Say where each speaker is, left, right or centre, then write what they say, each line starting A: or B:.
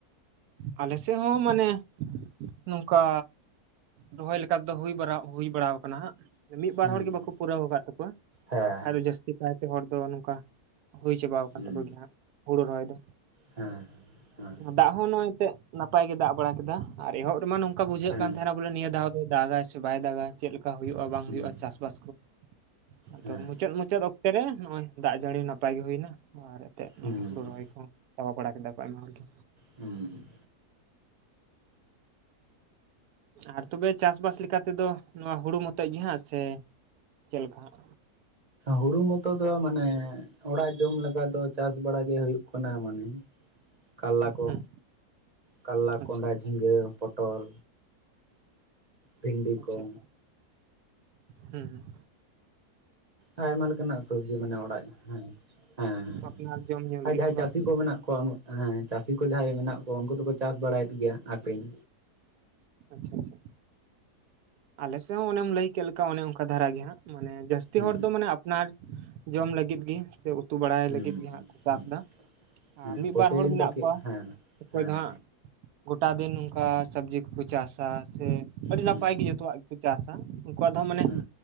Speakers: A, on the right; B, on the right.
A: ᱟᱞᱮ ᱥᱮᱜ ᱦᱚᱸ ᱢᱟᱱᱮ ᱱᱚᱝᱠᱟ ᱨᱚᱦᱚᱭ ᱞᱮᱠᱟ ᱛᱮᱫᱚ ᱦᱩᱭ ᱵᱟᱨᱟᱣ ᱦᱩᱭ ᱵᱟᱲᱟᱣ ᱠᱟᱱᱟ ᱦᱟᱸᱜ᱾ ᱢᱤᱜᱵᱟᱨ
B: ᱦᱮᱸ
A: ᱦᱚᱲᱜᱮ ᱵᱟᱠᱚ ᱯᱩᱨᱟᱹᱣ ᱠᱟᱜ ᱛᱟᱠᱚᱣᱟ
B: ᱦᱮᱸ
A: ᱟᱠᱷᱟᱭ ᱫᱚ ᱡᱟᱹᱥᱛᱤ ᱠᱟᱭᱛᱮ ᱦᱚᱲ ᱫᱚ ᱱᱚᱝᱠᱟ, ᱦᱩᱭ ᱪᱟᱵᱟᱣ ᱠᱟᱱ
B: ᱦᱩᱸ
A: ᱛᱟᱠᱚ ᱜᱮᱭᱟ ᱦᱟᱸᱜ ᱦᱩᱲᱩ ᱨᱚᱦᱚᱭ ᱫᱚ᱾
B: ᱦᱮᱸ, ᱦᱮᱸ
A: ᱫᱟᱜᱽ ᱦᱚᱸ ᱱᱚᱜᱼᱚᱭ ᱛᱮᱜ ᱱᱟᱯᱟᱭ ᱜᱮ ᱫᱟᱜᱽ ᱵᱟᱲᱟ ᱠᱮᱫᱟ ᱟᱨ ᱮᱦᱚᱵ ᱨᱮᱢᱟ ᱱᱚᱝᱠᱟ ᱵᱩᱡᱷᱟᱹᱜ
B: ᱦᱮᱸ
A: ᱠᱟᱱ ᱛᱟᱦᱮᱸᱱᱟ ᱵᱚᱞᱮ ᱱᱤᱭᱟᱹ ᱫᱷᱟᱣ <unintelligible> ᱫᱟᱜᱟᱭ ᱥᱮ ᱵᱟᱭ ᱫᱟᱜᱟ ᱪᱮᱜ ᱞᱮᱠᱟ ᱦᱩᱭᱩᱜᱼᱟ ᱵᱟᱝ
B: ᱦᱩᱸ
A: ᱦᱩᱭᱩᱜᱼᱟ ᱪᱟᱥᱵᱟᱥ ᱠᱚ᱾ ᱟᱫᱚ
B: ᱦᱮᱸ
A: ᱢᱩᱪᱟᱹᱫ ᱢᱩᱪᱟᱹᱫ ᱚᱠᱛᱮ ᱨᱮ ᱱᱚᱜᱼᱚᱭ ᱫᱟᱜᱽ ᱡᱟᱹᱲᱤ ᱱᱟᱯᱟᱭ ᱜᱮ ᱦᱩᱭᱱᱟ ᱟᱨ ᱛᱮᱜ
B: ᱦᱩᱸ
A: ᱱᱚᱜᱼᱚᱭ ᱦᱩᱲᱩ
B: ᱦᱩᱸ
A: ᱨᱚᱦᱚᱭ ᱠᱚ ᱪᱟᱵᱟ ᱵᱟᱲᱟ ᱠᱮᱫᱟ ᱠᱚ ᱟᱭᱢᱟ ᱦᱚᱲᱜᱮ᱾
B: ᱦᱩᱸ ᱦᱩᱸ᱾
A: ᱟᱨ ᱛᱚᱵᱮ ᱪᱟᱥᱵᱟᱥ ᱞᱮᱠᱟ ᱛᱮᱫᱚ ᱱᱚᱣᱟ ᱦᱩᱲᱩ ᱢᱚᱛᱚᱡ ᱜᱮᱦᱟᱸᱜ ᱥᱮ ᱪᱮᱫᱞᱮᱠᱟ ᱦᱟᱸᱜ?
B: ᱦᱩᱲᱩ ᱢᱚᱛᱚ ᱫᱚ ᱢᱟᱱᱮ ᱚᱲᱟᱜ ᱡᱚᱢ ᱞᱮᱠᱟ ᱫᱚ ᱪᱟᱥ ᱵᱟᱲᱟ ᱜᱮ ᱦᱩᱭᱩᱜ ᱠᱟᱱᱟ ᱢᱟᱱᱮ, ᱠᱟᱨᱞᱟ ᱠᱚ
A: ᱦᱩᱸ
B: ᱠᱟᱨᱞᱟ
A: ᱟᱪᱪᱷᱟ
B: ᱠᱚᱸᱰᱟ ᱡᱷᱤᱸᱜᱟᱹ ᱯᱚᱴᱚᱞ ᱵᱷᱤᱱᱰᱤ
A: ᱟᱪᱪᱷᱟ
B: ᱠᱚ
A: ᱟᱪᱪᱷᱟ ᱦᱩᱸ ᱦᱩᱸ᱾
B: ᱟᱭᱢᱟ ᱞᱮᱠᱟᱱᱟᱜ ᱥᱚᱵᱽᱡᱤ ᱢᱟᱱᱮ ᱚᱲᱟᱜ ᱦᱮᱸ, ᱦᱮᱸ ᱦᱮᱸ ᱦᱮᱸ᱾
A: ᱟᱯᱱᱟᱨ ᱡᱚᱢ ᱧᱩ ᱞᱟᱹᱜᱤᱫ
B: ᱟᱨ ᱡᱟᱦᱟᱸᱭ
A: ᱥᱮ ᱵᱟᱝ
B: ᱪᱟᱹᱥᱤ ᱠᱚ ᱢᱮᱱᱟᱜ ᱠᱚᱣᱟ ᱩᱱᱟᱹᱜ ᱦᱮᱸ ᱪᱟᱹᱥᱤ ᱠᱚ ᱡᱟᱦᱟᱸᱭ ᱢᱮᱱᱟᱜ ᱠᱚᱣᱟ ᱩᱱᱠᱩ ᱫᱚᱠᱚ ᱪᱟᱥ ᱵᱟᱲᱟᱭᱮᱫ ᱜᱮᱭᱟ ᱟᱠᱷᱨᱤᱧ
A: ᱟᱪᱪᱷᱟ ᱟᱪᱪᱷᱟ, ᱟᱞᱮᱥᱮᱜ ᱦᱚᱸ ᱚᱱᱮᱢ ᱞᱟᱹᱭ ᱠᱮᱫ ᱞᱮᱠᱟ ᱚᱱᱮ ᱚᱱᱠᱟ ᱫᱷᱟᱨᱟ ᱜᱮ ᱦᱟᱸᱜ᱾ ᱢᱟᱱᱮ ᱡᱟᱹᱥᱛᱤ
B: ᱦᱩᱸ
A: ᱦᱚᱲ ᱫᱚ ᱢᱟᱱᱮ ᱟᱯᱱᱟᱨ ᱡᱚᱢ ᱞᱟᱹᱜᱤᱫ ᱜᱮ ᱥᱮ ᱩ ᱛᱩ ᱵᱟᱲᱟᱭ
B: ᱦᱩᱸ
A: ᱞᱟᱹᱜᱤᱫ ᱜᱮ ᱦᱟᱸᱜ ᱠᱚ ᱪᱟᱥ
B: ᱦᱩᱸ
A: ᱫᱟ᱾
B: ᱦᱮᱸ
A: ᱟᱨ ᱢᱤᱜ
B: ᱯᱨᱚᱛᱤᱫᱤᱱ
A: ᱵᱟᱨ ᱦᱚᱲ ᱢᱮᱱᱟᱜ
B: ᱫᱚ ᱠᱤ
A: ᱠᱚᱣᱟ
B: ᱦᱮᱸ
A: ᱚᱱᱠᱩ
B: ᱦᱮᱸ
A: ᱫᱚ ᱦᱟᱸᱜ ᱜᱚᱴᱟ ᱫᱤᱱ ᱱᱚᱝᱠᱟ ᱥᱚᱵᱽᱡᱤ ᱠᱚᱠᱚ ᱪᱟᱥᱟ ᱥᱮ ᱟᱹᱰᱤ
B: ᱦᱮᱸ
A: ᱱᱟᱯᱟᱭ ᱜᱮ ᱡᱚᱛᱚᱣᱟᱜ ᱜᱮ, ᱪᱟᱥᱟ ᱩᱱᱠᱩᱣᱟᱜ ᱫᱷᱚ ᱢᱟᱱᱮ,
B: ᱦᱮᱸ